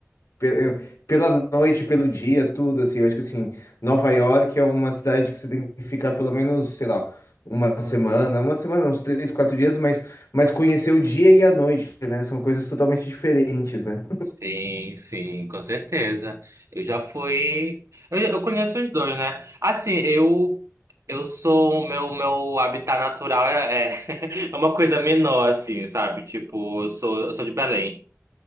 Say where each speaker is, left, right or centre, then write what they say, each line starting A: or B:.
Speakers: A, on the left; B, on the right.
A: pe- eu- pela noite, pelo dia, tudo assim. Eu acho que assim, Nova York é uma cidade que você tem que ficar pelo menos, sei lá, uma semana, uma semana, uns três, quatro dias, mas, mas conhecer o dia e a noite, né? São coisas totalmente diferentes, né?
B: Sim, sim, com certeza. Eu já fui. Eu, eu conheço os dois, né? Assim, eu eu sou o meu meu habitat natural é, é <laughs> é uma coisa menor, assim, sabe? Tipo, eu sou eu sou de Belém.